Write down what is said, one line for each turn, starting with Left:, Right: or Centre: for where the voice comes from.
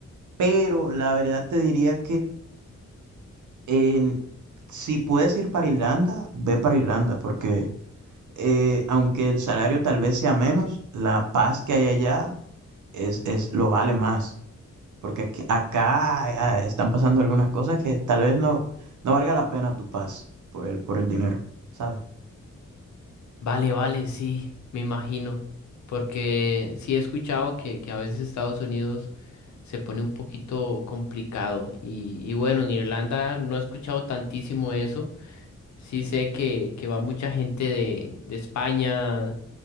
Right: pero la verdad te diría En- si puedes ir para Irlanda, ve para Irlanda, porque eh, aunque el salario tal vez sea menos, la paz que hay allá es, es lo vale más. Porque aquí- acá eh, ah, están pasando algunas cosas que tal vez no, no valga la pena tu paz por el, por el dinero, ¿sabes?
Left: Vale, vale, sí, me imagino, porque sí he escuchado que, que a veces Estados Unidos se pone un poquito complicado y, y bueno, en Irlanda no he escuchado tantísimo eso, sí sé que, que va mucha gente de, de España,